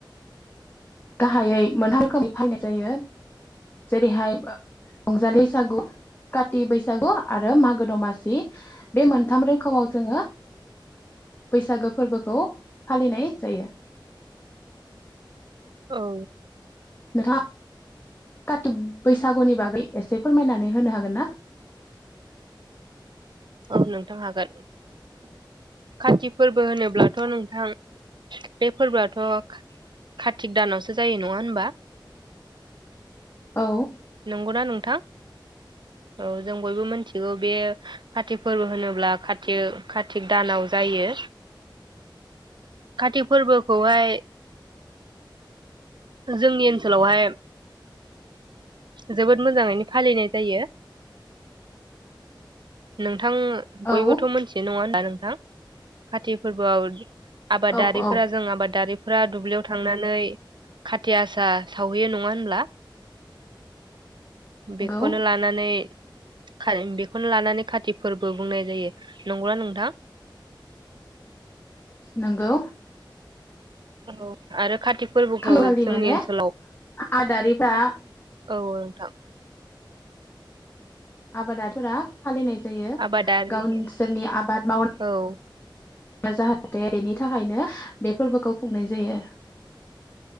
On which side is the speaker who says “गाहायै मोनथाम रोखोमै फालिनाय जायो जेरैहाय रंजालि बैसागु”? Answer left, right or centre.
Left